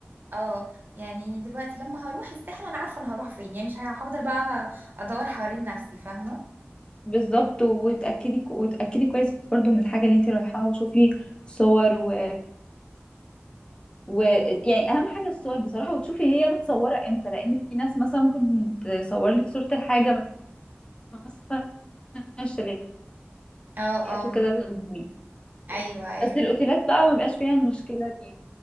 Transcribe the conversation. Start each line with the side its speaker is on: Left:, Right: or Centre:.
Right: اه يعني دلوقتي لما هروح الساحل انا عارفة انا هروح فين يعني مش هفضل بقى ادور حوالين نفسي فاهمة
Left: بالظبط وتأكدي كو- وتأكدي كويس برضو من الحاجة اللي انت رايحاها وشوفي صور و... و يعني اهم حاجة الصور بصراحة وتشوفي هي متصورة امتى لان في ناس مثلا ممكن تصور لك صورة الحاجة مثلا الشاليهات
Right: اه اه
Left: وكده بتضمين
Right: ايوه ايوه
Left: بس الاوتيلات بقى ما بيبقاش فيها المشكلة دي